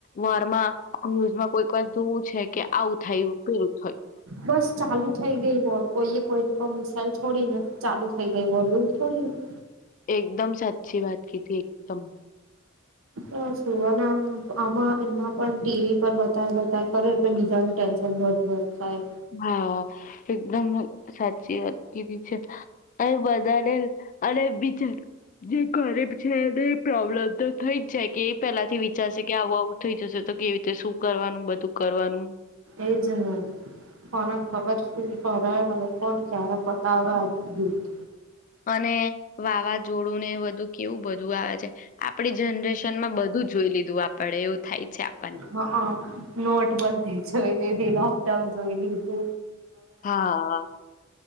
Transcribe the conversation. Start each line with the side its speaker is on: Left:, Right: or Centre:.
Left: વારમાં ન્યૂઝમાં કોઈક વાર જોવું છે કે આવું થયું કેું
Right: બસ ચાલુ થઇ ગઈ વોર. કોઈએ કોઈ ની પણ મિસઇલ થોડી ને ચાલુ થઈ ગઈ વોર એવું થોડી હોય.
Left: એકદમ સાચી વાત કીધી એકદમ.
Right: અહ સુવાના આમાં એમાં પણ ટીવી પર બતાય બતાય કરે એટલે બીજાને ટેન્શન વધ વધ થાય.
Left: હા એકદમ સાચી વાત કીધી છે. અને બધાને અને બિચારા જે ઘરે છે એને પ્રોબ્લેમ તો થઈ જ જાય કે એ પેલાથી વિચારશે કે આવું આવું થઈ જશે તો કેવી રીતે શું કરવાનું બધું કરવાનું
Right: એ જ કોને ખબર શું કરે અને કોણ ક્યારે પતાવે આ ગિલ્ટ
Left: અને વાવાઝોડું ને બધું કેવું બધું આવે છે આપડી જનરેશન માં બધું જોઈ લીધું આપડે એવું થાય છે આપ
Right: હઅ નોટ બંધી છે. યેભી લોકડાઉન જોયેલી છે.
Left: હા